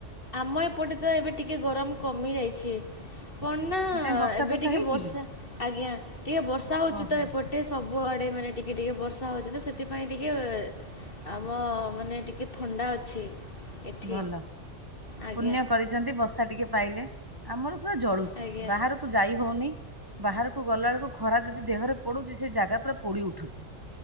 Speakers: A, on the left (about 45°); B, on the right (about 20°).
A: ଆମ ଏପଟେ ତ ଏବେ ଟିକେ ଗରମ କମିଯାଇଛି। କଣନା
B: କାଇଁ ବର୍ଷା
A: ଏବେ
B: ଫର୍ଷା
A: ଟିକେ
B: ହେଇଛି
A: ବର୍ଷା
B: କି
A: ଆଜ୍ଞା ଟିକେ ବର୍ଷା ହଉଛି
B: ଓହୋ
A: ତ ଏପଟ ଗଟେ ସବୁଆଡ଼େ ମାନେ ଟିକେ ଟିକେ ବର୍ଷା ହଉଛି ତ ସେଥିପାଇଁ ଟିକେ ଆମ ମାନେ ଟିକେ ଥଣ୍ଡା ଅଛି। ଏଠି।
B: ଭଲ
A: ଆଜ୍ଞା
B: ପୁଣ୍ୟ କରିଛନ୍ତି ବସା ଟିକେ ପାଇଲେ। ଆମର ପୁରା ଜଳୁଛି
A: ଆଜ୍ଞା
B: ବାହାରକୁ ଯାଇ ହଉନି ବାହାରକୁ ଗଲା ବେଳକୁ ଖରା ଯଦି ଦେହରେ ପଡୁଛି ସେ ଜାଗା ପା ପୋଡି ଉଠୁଛି